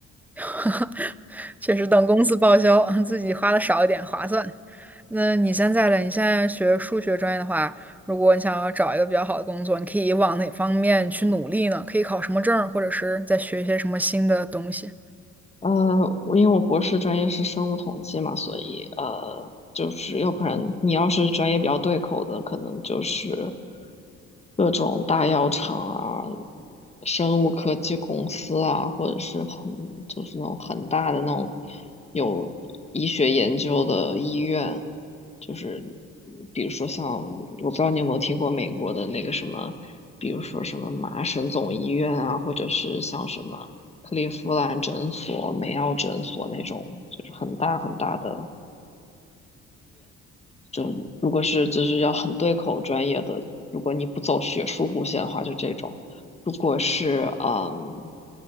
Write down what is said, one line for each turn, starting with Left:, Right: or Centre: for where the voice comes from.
Centre: <laughs> 确实，等公司报销，自己花的少一点划算。那你现在呢？你现在学数学专业的话，如果你想要找一个比较好的工作，你可以往哪方面去努力呢？可以考什么证儿或者是再学一些什么新的东西？
Left: 呃，我因为我博士专业是生物统计嘛，所以呃，就是要不然你要是专业比较对口的，可能就是各种大药厂啊、生物科技公司啊，或者是很就是那种很大的那种有医学研究的医院，就是比如说像我不知道你有没有听过美国的那个什么，比如说什么麻省总医院啊，或者是像什么。克利夫兰诊所、梅奥诊所那种，就是很大很大的。就如果是就是要很对口专业的，如果你不走学术路线的话，就这种；如果是嗯，